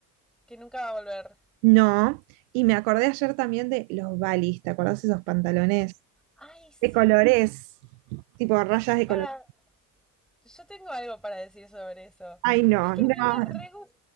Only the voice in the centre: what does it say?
que nunca va a volver.
Ay, sí.
Para,
yo tengo algo para decir sobre eso.
Y es que
a mí me re gust-